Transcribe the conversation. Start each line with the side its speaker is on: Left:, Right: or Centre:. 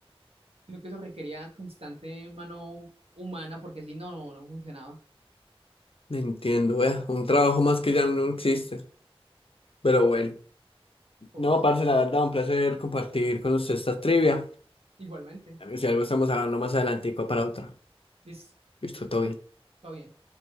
Right: sino que eso requería constante mano humana porque si no, no, no funcionaba.
Left: No Entiendo, vea. Un trabajo más que ya no existe. Pero bueno.
Right: Pobres
Left: No, parce,
Right: seres.
Left: la verdad, un placer compartir con usted esta trivia.
Right: Igualmente.
Left: Si algo estamos hablando más adelantico para otra.
Right: Listo,
Left: Listo, todo bien.
Right: todo bien.